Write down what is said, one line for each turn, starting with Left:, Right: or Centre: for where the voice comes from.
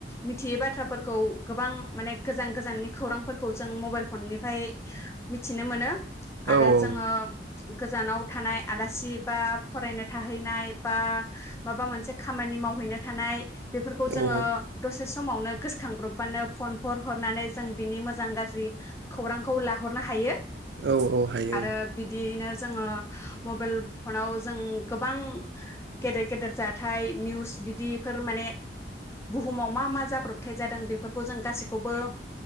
Left: मिथियै बाथ्राफोरखौ गोबां माने गोजान गोजाननि खौरांफोरखौ जों मबाइल फननिफ्राय मिथिनो मोनो, आरो
Right: औ
Left: जोंङो गोजानाव थानाय आलासि बा फरायनो थाहैनाय बा माबा मोनसे खामानि मावहैनो थानाय बेफोरखौ
Right: औ
Left: दसे बे समावनो गोसोखांब्रबबानो फन फर हरनानै जों बिनि मोजां गाज्रि खौरांखौ लाहरनो हायो।
Right: औ औ हायो
Left: आरो बिदियैनो जोंङो मबेल फनाव जों गोबां गेदेर गदेर ओमफ्राय निउस बिदि फोर माने बुहुम आव मा मा जाब्रबथाय जादों बेफोरखौ जों गासैखौबो,